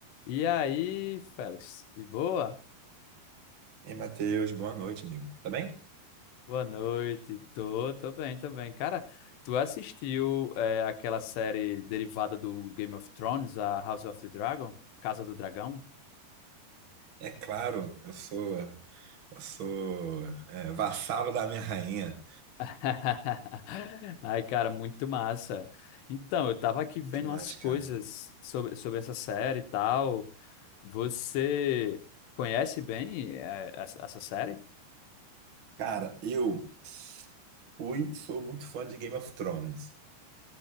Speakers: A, on the left; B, on the right.
A: E aí, Félix, de boa?
B: Ei, Matheus, boa noite, amigo. Tá bem?
A: Boa noite. Tô, tô bem, tô bem. Cara, tu assistiu é, aquela série derivada do Game of Thrones, a House of the Dragon? Casa do Dragão?
B: É claro, eu sou, eu sou é, vassalo da minha rainha.
A: <laughs> Ai, cara, muito massa. Então, eu tava aqui vendo
B: Demais,
A: umas coisas
B: cara.
A: sobre, sobre essa série e tal. Você conhece bem é, essa essa série?
B: Cara, eu fui, sou muito fã de Game of Thrones.